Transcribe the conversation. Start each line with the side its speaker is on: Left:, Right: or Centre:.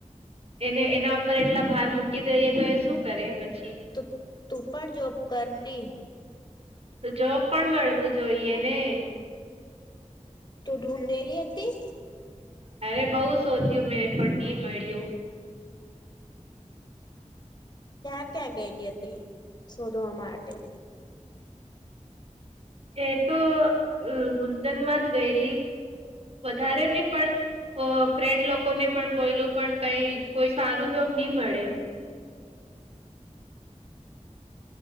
Right: એને એના ઉપર એટલા ભાર મૂકી દઈએ તો એ શું કરે પછી
Left: તો ટૂ પણ જોબ કરની
Right: તો જોબ પણ મળવું જોઈએ ને
Left: તું ઢૂઢેલી હતી.
Right: અરે બઉ સોધ્યું મેં પણ મળ્યું
Left: ક્યાં ક્યાં ગયેલી હતી શોધવા માટે
Right: એ તો ગુંજનમાં જ ગયેલી વધારે નહી પણ ફ્રેન્ડ લોકોને પણ બોયલું પણ કઈ કોઈ સારું જોબ નહી, મળે